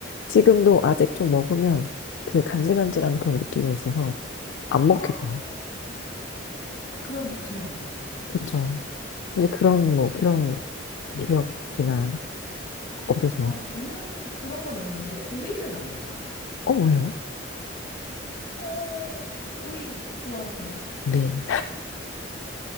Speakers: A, on the left; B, on the left.
A: 지금도 아직 좀 먹으면 그 간질간질한
B: 네.
A: 그런 느낌이 있어서 안 먹겠다.
B: 아, 아, 그럼 드시면 안 되죠.
A: 그렇죠. 이제 그런 뭐 그런 기억이나 없으시나요?
B: 아, 저는 그런 건 없는데, 오이를 안 먹어요.
A: 어, 왜요?
B: 어, 오이 좋아하세요?
A: 네.